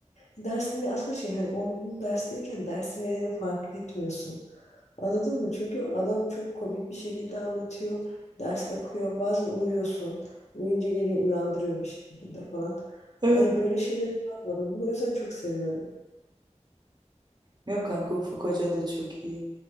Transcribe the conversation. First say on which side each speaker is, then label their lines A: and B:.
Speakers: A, on the left; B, on the right.
A: Dersini aslında şey hani onun dersindeyken dersin nedeni fark etmiyorsun. Anladın mı? Çünkü adam çok komik bir şekilde anlatıyor. Ders akıyor. Bazen uyuyorsun. Uyuyunca geliyor uyandırıyor bir şekilde falan.
B: Evet.
A: Hani böyle şeyleri yapmadım. Bunu o yüzden çok seviyorum.
B: Yok kanka Ufuk Hoca da çok iyi.